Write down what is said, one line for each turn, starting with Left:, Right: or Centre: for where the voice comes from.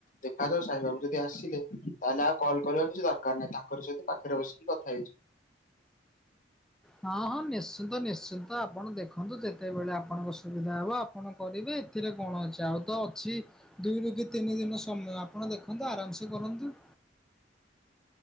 Left: ଦେଖାଯାଉ ସାଇ ବାବୁ ଯ ଦି ଆସିଲେ ତାହେଲେ ଆଉ କଲ୍ କରିବା କିଛି ଦରକାର ନାହିଁ। ତାଙ୍କରି ସହିତ ପାଖରେ ବସିକି କଥା ହେଇଯିବି।
Centre: ହଁ ହଁ ନିଶ୍ଚିନ୍ତ ନିଶ୍ଚିନ୍ତ। ଆପଣ ଦେଖନ୍ତୁ ଯେତେବେଳେ ଆପଣଙ୍କ ସୁବିଧା ହବ ଆପଣ କରିବେ ଏଥିରେ କଣ ଅଛି? ଆଉ ତ ଅଛି ଦୁଇରୁ କି ତିନି ଦିନ ସମୟ ଆପଣ ଦେଖନ୍ତୁ ଆରାମସେ କରନ୍ତୁ।